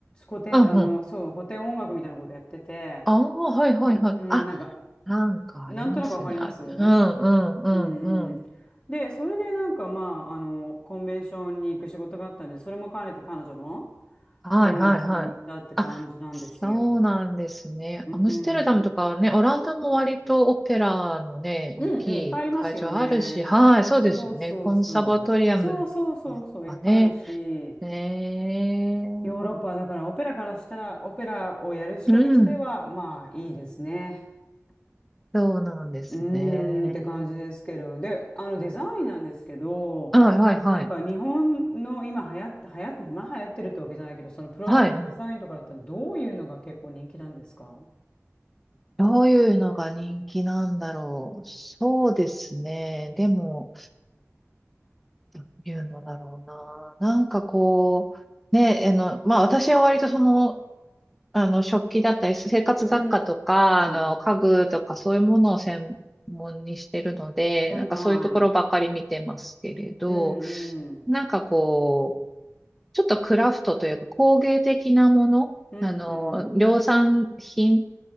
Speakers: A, on the left; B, in the centre.
A: 古典、
B: うんうん。
A: あの、そう、古典音楽みたいなことやってて、
B: ああ、はいはいはい。
A: うん、
B: あ、
A: なんか、
B: なんかありますよね。
A: なんとなくわかりますうん
B: あ、うんうんうんうん。
A: うん。で、それでなんかまあ、あの、コンベンションに行く仕事があったんで、それも兼ねて彼女の
B: はいはいはい。
A: ところに遊びに行ったって感じなんですよ。
B: あ、そうなんですね。
A: うん。
B: アムステルダムとかはね、
A: うん、
B: オランダも割とオペラのね、
A: うんいっぱいありますよね。
B: 大きい会場あるし、はい、そうですよね。
A: そうそうそう。
B: コンサバトリアムですかね。
A: そうそうそうそう、いっぱいあるし、
B: ね
A: ヨーロッパだからオペラからしたら、オペラをやる人にしては、
B: えうん、
A: まあいいですね。
B: そうなんですね。
A: うーんって感じですけど、で、あのデザインなんですけど、
B: はいはいはい。
A: なんか日本の今流行って、流行って、今流行ってるってわけじゃないけど、そのプロダクトデザインとかだったらどういうのが結構人気なんですか
B: はいはい。どういうのが人気なんだろう。そうですね。でも、どういうのだろうな。なんかこう、ね、あの、まあ私は割とその、あの、食器だったり、生活雑貨とか、
A: うん
B: あの、
A: うんう
B: 家具とかそういうものを専門にしてるので、
A: ん。はいはい。
B: なんかそういうところばかり見てますけれど、
A: うんうん。
B: なんかこう、ちょっとクラフトというか工芸的なもの、
A: うんうん。
B: あの、量産品